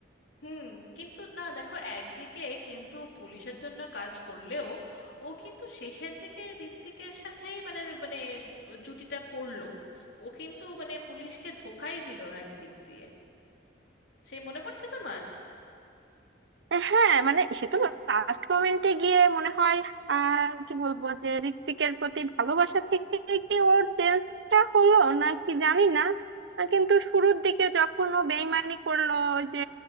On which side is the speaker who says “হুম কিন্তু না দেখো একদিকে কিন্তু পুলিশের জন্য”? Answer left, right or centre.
Left